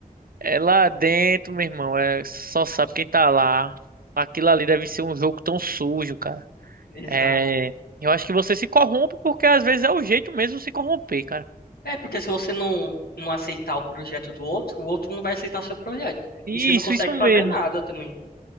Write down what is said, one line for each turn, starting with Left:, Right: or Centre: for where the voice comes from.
Right: é lá dentro, meu irmão, é só sabe quem tá lá. Aquilo ali deve ser um jogo tão sujo, cara.
Left: exato.
Right: É, eu acho que você se corrompe porque às vezes é o jeito mesmo de se corromper, cara.
Left: É, porque se você não, não aceitar o projeto do outro, o outro não vai aceitar seu projeto.
Right: Isso,
Left: E você não consegue
Right: isso
Left: fazer
Right: mesmo.
Left: nada também.